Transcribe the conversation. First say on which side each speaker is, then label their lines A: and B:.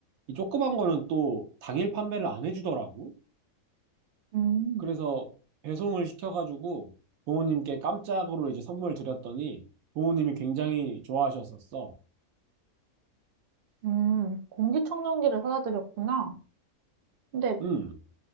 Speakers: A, on the right; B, on the right.
A: 이 조그만 거는 또 당일 판매를 안 해주더라고.
B: 음,
A: 그래서 배송을 시켜가지고 부모님께 깜짝으로 이제 선물 드렸더니 부모님이 굉장히 좋아하셨었어.
B: 음. 공기청정기를 사다 드렸구나. 근데
A: 음.